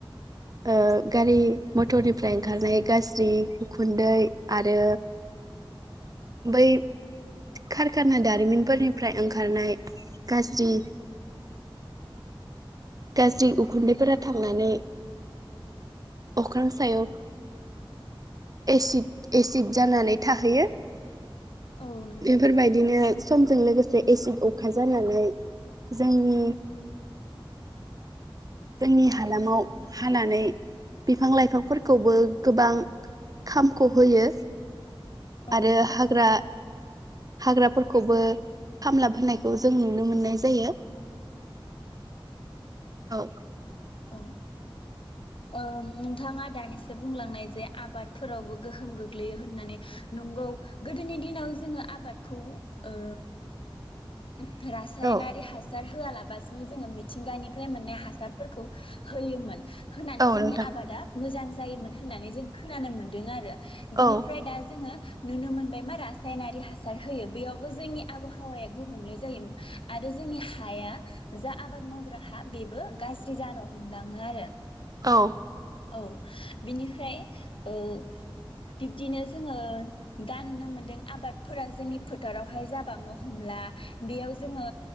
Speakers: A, on the right; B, on the left.
A: ओ गारि मथरनिफ्राय ओंखारनाय गाज्रि उखुन्दै आरो बै कारखाना दारिमिनफोरनिफ्राय ओंखारनाय गाज्रि गाज्रि उखुन्दैफोरा थांनानै अख्रां सायाव एसिद एसिड जानानै थाहैयो।
B: औ नंगौ
A: बेफोर बायदिनो समजों लोगोसे एसिड अखा जानानै जोंनि जोंनि हालामाव हानानै बिफां लाइफांफोरखौबो गोबां खामख' होयो।
B: औ
A: आरो
B: नंगौ
A: हाग्रा हाग्राफोरखौबो खामलाब होनायखौ जों नुनो मोननाय जायो। <inaudible>
B: ओं, ओ नोंथाङा दानिसो बुंलांनाय जे आबादफोरावबो गोहोम गोग्लैयो होननानै। नंगौ गोदोनि दिनाव जोङो आबादखौ ओ उमह रासायनारि
A: औ
B: हासा हासार होआलाबसिनो जोङो मिथिंगानिफ्राय मोननाय हासारफोरखौ होयोमोन। होनानै
A: औ
B: जोंनि
A: नोंथां
B: आबादा मोजां जायोमोन होननानै जों खोनानो मोन्दों आरो। बिनिफ्राय
A: औ
B: दा जोङो नुनो मोनबाय मा रासायनारि हासार होयो। बेयावबो जोंनि आबहावाया गुबुंले जायो आरो जोंनि हाया जा आबाद मावग्रा हा बेबो गाज्रि जानो हमलाङो आरो।
A: औ।
B: औ बिनिफ्राय ओ बिब्दिनो जोङो दा नुनो मोनदों आबादफोरा जोंनि फोथारावहाय जाबांनो हमला बेयाव जोङो